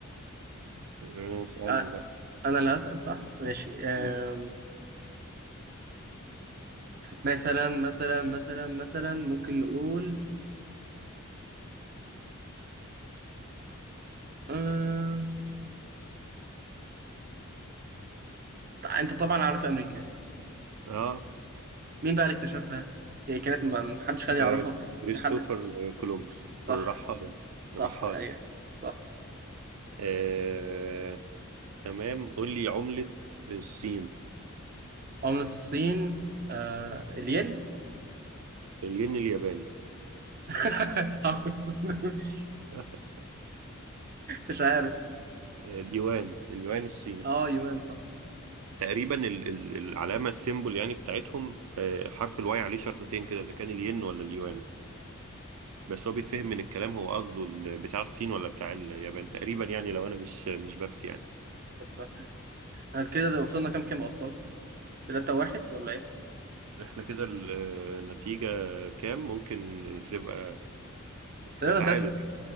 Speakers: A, on the right; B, on the right.
A: آه، اسالني
B: آه،
A: بقى
B: أنا اللي هسأل صح ماشي آم،
A: مم.
B: مثلا مثلا مثلا مثلا ممكن نقول آه أنت طبعا عارف أمريكا
A: اه
B: مين بقى اللي اكتشفها هي كانت ما ما حدش كان يعرفها
A: آه،
B: في,
A: كريستوفر
B: في حد
A: كولومبوس
B: صح
A: الرحاله
B: صح
A: الرحال
B: ايوه صح
A: آه، تمام قول لي عمله الصين
B: عملة الصين آه الين
A: الين الياباني
B: <laughs> عملة الصين.
A: آه،
B: مش عارف
A: اليوان اليوان الصيني
B: اه يوان صح
A: تقريبا ال- ال- العلامه السيمبل يعني بتاعتهم آه، حرف الواي عليه شرطتين كده اذا كان الين ولا اليوان بس هو بيتفهم من الكلام هو قصده ال- بتاع الصين ولا بتاع اليابان تقريبا يعني لو انا مش مش بفتي يعني
B: طب تمام. احنا كده ده وصلنا كام كام اصلا 3 1 ولا ايه
A: احنا كده ال- النتيجة كام ممكن تبقى احنا
B: تقريبا
A: تعادل
B: 3